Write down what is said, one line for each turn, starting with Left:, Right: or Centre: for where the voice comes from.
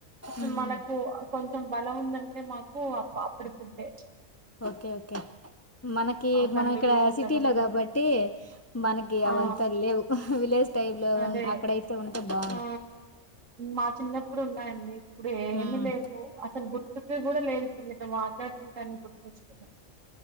Right: అసలు
Left: ఉమ్
Right: మనకు కొంచెం బలం ఉందంటే మాకు అప్పుడు ఫుడ్డే
Left: ఓకే ఓకే మనకి
Right: ఆ కందులు,
Left: మనం ఇక్కడ
Right: ఉలవలు
Left: సిటీలో కాబట్టి మనకి
Right: ఆ!
Left: అవంతా లేవు విలేజ్ టైబ్ లో
Right: అదే.
Left: అక్కడ అయితే ఉ భాగం
Right: ఆ! మా చిన్నప్పుడు ఉన్నాయండి ఇప్పుడు
Left: ఉమ్
Right: ఎమ్మెల్యే అతను గుర్తు ఇ కూడా లేరుతుంది మాట్లాడతులు కానీ గుర్తిస్తుంది